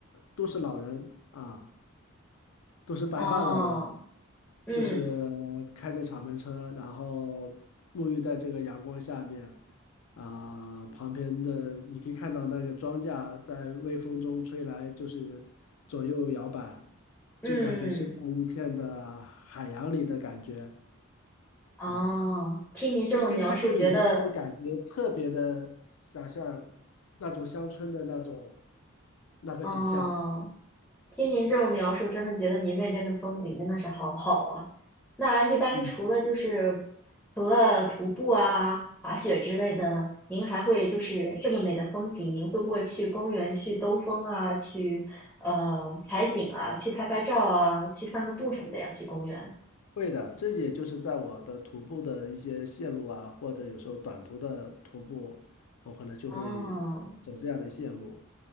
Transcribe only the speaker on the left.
都是老人啊，都是白发老人
就是开着敞篷车，然后沐浴在这个阳光下面，啊、旁边的你可以看到那个庄稼在微风中吹来，就是左右摇摆，
就感觉是在一片的海洋里的感觉
啊，
就是跟看电影的那种感觉，
特别的想象那种乡村的那种那个景象，
嗯。
会的，这也就是在我的徒步的一些线路啊，或者有时候短途的徒步，我可能就会
走这样的线路。